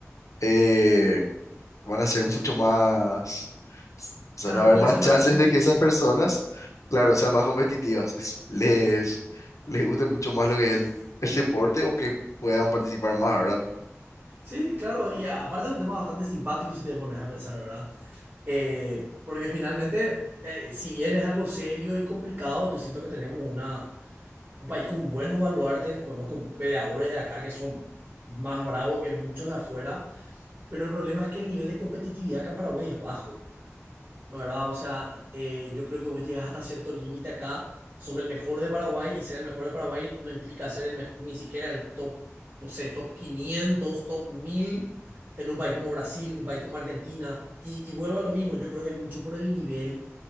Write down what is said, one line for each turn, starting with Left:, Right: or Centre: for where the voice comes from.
Left: eh, van a ser mucho más, o sea,
Right: Claro,
Left: van a haber
Right: pueden
Left: más
Right: ser más
Left: chances
Right: competitivos.
Left: de que esas personas, claro, sean más competitivas, <laughs> les, les guste mucho más lo que es el, el deporte o que puedan participar más, ¿verdad?
Right: Sí, claro, y a- aparte es un tema bastante simpático si te pones a pensar, ¿verdad? Eh, porque finalmente, eh, si bien es algo serio y complicado, yo siento que tenemos una, un país con buenos baluartes, conozco peleadores de acá que son más bravos que muchos de afuera, Pero el problema es que el nivel de competitividad acá en Paraguay es bajo, ¿no? ¿verdad? O sea, eh, yo creo que vos llegás hasta cierto límite acá, sos el mejor de Paraguay y ser el mejor de Paraguay no implica ser el mejor, ni siquiera el top, no sé, top 500, top 1000 en un país como Brasil, un país como Argentina. Y, y vuelvo a lo mismo, yo creo que es mucho por el nivel